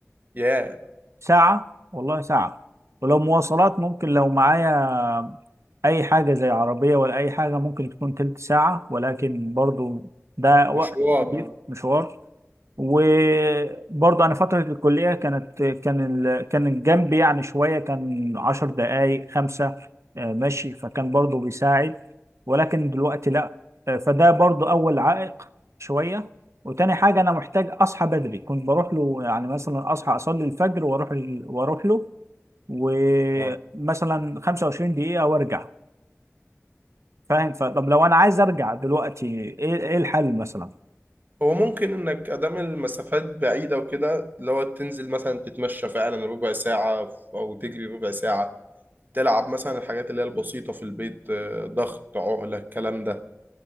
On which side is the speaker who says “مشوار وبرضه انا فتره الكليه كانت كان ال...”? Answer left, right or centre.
Right